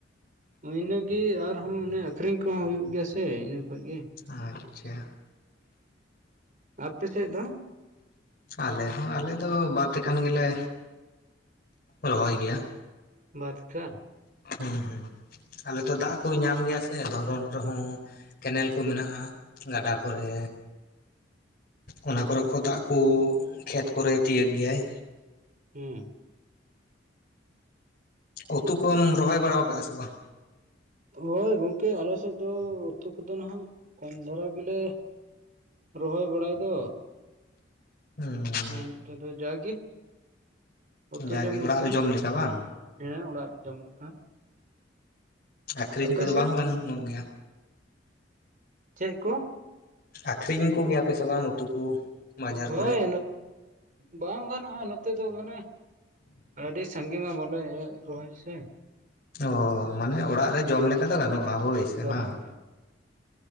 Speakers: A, on the right (about 45°); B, on the left (about 50°).
A: ᱤᱱᱟᱹᱜᱤ ᱟᱨᱦᱚᱸ ᱚᱱᱮ ᱟᱠᱷᱨᱤᱧ ᱠᱚᱦᱚᱸ ᱦᱩᱭᱩᱜ ᱜᱮᱭᱟ ᱥᱮ ᱤᱱᱟᱹ ᱠᱷᱚᱡ ᱜᱤ
B: ᱟᱪᱪᱷᱟ᱾
A: ᱟᱯᱮ ᱥᱮᱜ ᱫᱚ?
B: ᱟᱞᱮ ᱦᱚᱸ ᱟᱞᱮ ᱫᱚ ᱵᱟᱨ ᱛᱮᱠᱦᱟᱱ ᱜᱮᱞᱮ ᱨᱚᱦᱚᱭ ᱜᱮᱭᱟ᱾
A: ᱵᱟᱫᱽᱠᱟᱨ᱾
B: ᱦᱩᱸ ᱦᱩᱸ ᱟᱞᱮ ᱛᱚ ᱫᱟᱜ ᱠᱚᱭ ᱧᱟᱢ ᱜᱮᱭᱟ ᱥᱮ ᱫᱷᱚᱨᱚᱱ ᱨᱮᱦᱚᱸ ᱠᱮᱱᱮᱞ ᱠᱩ ᱢᱮᱱᱟᱜᱼᱟ ᱜᱟᱰᱟ ᱠᱚᱨᱮ ᱚᱱᱟ ᱠᱚᱨᱮ ᱠᱚ ᱫᱟᱜ ᱠᱩ ᱠᱷᱮᱛ ᱠᱚᱨᱮ ᱛᱤᱭᱟᱹᱜ ᱜᱮᱭᱟᱭ᱾
A: ᱦᱩᱸ
B: ᱩᱛᱩ ᱠᱚᱢ ᱨᱚᱦᱚᱭ ᱵᱟᱲᱟ ᱟᱠᱟᱫᱟ ᱥᱮ ᱵᱟᱝ᱾
A: ᱦᱳᱭ ᱜᱚᱝᱠᱮ ᱟᱞᱮ ᱥᱮᱫ ᱫᱚ ᱩᱛᱩ ᱠᱚᱫᱚ ᱱᱟᱦᱟᱜ᱾ ᱠᱚᱢ ᱫᱷᱟᱨᱟ ᱜᱮᱞᱮ ᱨᱚᱦᱚᱭ ᱵᱟᱲᱟᱭ ᱫᱚ᱾
B: ᱦᱩᱸ
A: ᱚᱱᱛᱮ ᱫᱚ ᱡᱟᱜᱮ ᱩᱛᱩ
B: ᱡᱟᱜᱮ
A: ᱡᱚᱢ
B: ᱚᱲᱟᱜ
A: ᱞᱮᱠᱟ᱾
B: ᱨᱮ ᱡᱚᱢ ᱵᱟᱝ
A: ᱦᱮᱸ ᱚᱲᱟᱜ ᱡᱚᱢ ᱞᱮᱠᱟ
B: ᱟᱠᱷᱨᱤᱧ
A: ᱟᱯᱮ
B: ᱠᱚᱫᱚ
A: ᱥᱮᱫ
B: ᱵᱟᱝ ᱜᱟᱱᱚᱜ ᱜᱮᱭᱟ?
A: ᱪᱮᱫ ᱠᱚ
B: ᱟᱠᱷᱨᱤᱧ ᱠᱚᱜᱮᱭᱟᱯᱮ ᱥᱮ ᱵᱟᱝ ᱩᱛᱩ ᱠᱚ ᱵᱟᱡᱟᱨ
A: ᱦᱳᱭ
B: ᱠᱚᱨᱮ
A: ᱵᱟᱝ ᱜᱟᱱᱚᱜ-ᱟ ᱱᱚᱛᱮ ᱫᱚ ᱢᱟᱱᱮ ᱟᱹᱰᱤ ᱟ ᱥᱟᱜᱤ ᱢᱟ ᱵᱚᱞᱮ ᱨᱚᱦᱚᱭ ᱥᱮ
B: ᱚ ᱢᱟᱱᱮ ᱚᱲᱟᱜ ᱨᱮ ᱡᱚᱢ ᱞᱮᱠᱟ ᱫᱚ ᱜᱟᱱᱚᱜ-ᱟ ᱦᱳᱭ ᱥᱮ
A: ᱜᱟᱱᱚᱜᱼᱟ
B: ᱵᱟᱝ